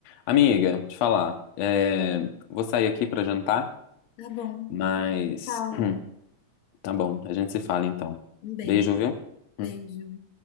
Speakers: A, on the left; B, on the left.
A: Amiga, te falar, é, vou sair aqui pra jantar,
B: Tá bom.
A: mas
B: Fala.
A: hum, tá bom, a gente se fala então.
B: Um beijo.
A: Beijo, viu? Hum.
B: Beijo.